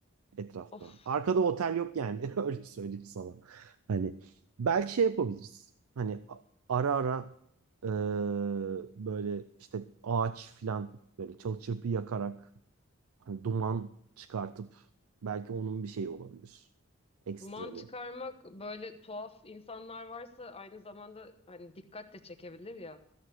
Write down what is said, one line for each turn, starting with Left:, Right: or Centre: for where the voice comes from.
Right: etrafta.
Left: Of,
Right: Arkada otel yok yani <laughs> öyle söyleyeyim sana. Hani belki şey yapabiliriz. Hani a- ara ara e, böyle işte ağaç filan böyle çalı çırpı yakarak hani duman çıkartıp belki onun bir şeyi olabilir. Ekstra
Left: duman çıkarmak
Right: bir.
Left: böyle tuhaf insanlar varsa aynı zamanda hani dikkat de çekebilir ya.